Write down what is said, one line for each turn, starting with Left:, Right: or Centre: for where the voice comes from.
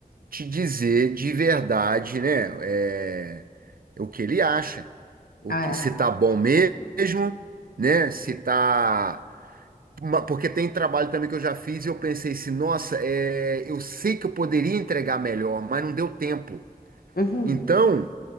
Right: te dizer de verdade, né? é, o que ele acha, o
Left: Ah,
Right: que, se tá bom mesmo, né? Se tá. Uma- Porque tem trabalho também que eu já fiz e eu pensei assim, nossa, é, eu sei que eu poderia entregar melhor, mas não deu tempo.
Left: é. Uhum.
Right: Então,